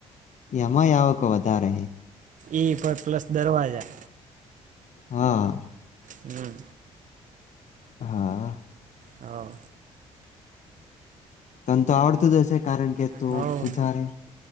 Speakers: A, on the left; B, on the right.
A: યમાયાવકો વધાારે
B: ઈ પર પ્લસ દરવાજા
A: હા
B: હમ
A: હા
B: હા
A: તને તો આવડતું જ હશે કારણ કે તું
B: હવ
A: ખુધારે